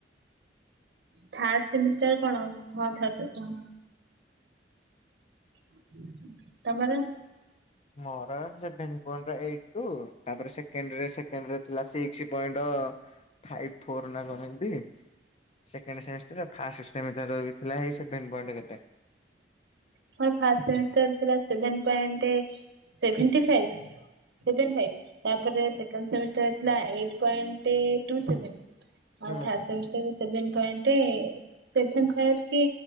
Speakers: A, on the right; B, on the left.
A: <inaudible> ଥାର୍ଡ ସେମିଷ୍ଟାର
B: ଜି
A: କଣ ହଁ ଥାର୍ଡ ସେମିଷ୍ଟର ହଁ। ତମର?
B: ମୋର ସେଭେନ୍ ପଏଣ୍ଟ ଏଇଟି ଟୁ ତାପରେ ସେକେଣ୍ଡ ରେ ସେକେଣ୍ଡ ରେ ଥିଲା ସିକ୍ସି ପଏଣ୍ଟ ଫାଇପି ଫୋର ନା କଣ ଏମତି। ସେକେଣ୍ଡ ସେମିଷ୍ଟର ଫାଷ୍ଟ ସେମିଷ୍ଟାର ଥିଲାଇ ସେଭେନ ପଏଣ୍ଟ କେତେ
A: ମୋର ଫାର୍ଷ୍ଟ ସେମିଷ୍ଟର ଥିଲା seven point seventy five. Seven five. ତାପରେ ସେକଣ୍ଡମିଷ୍ଟଥିଲା ଏଇ ପଏଣ୍ଟ ଟୁ ସେଭେନ
B: ହୁଁ
A: ଆଉ third semester seven point seven five କି